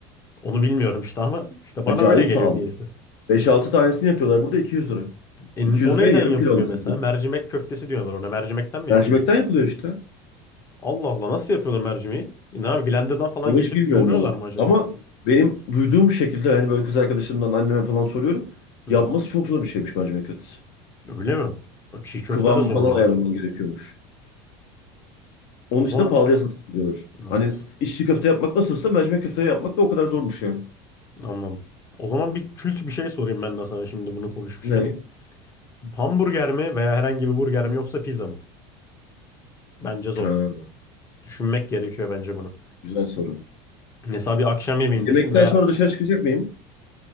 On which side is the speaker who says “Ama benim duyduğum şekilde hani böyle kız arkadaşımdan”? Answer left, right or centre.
Left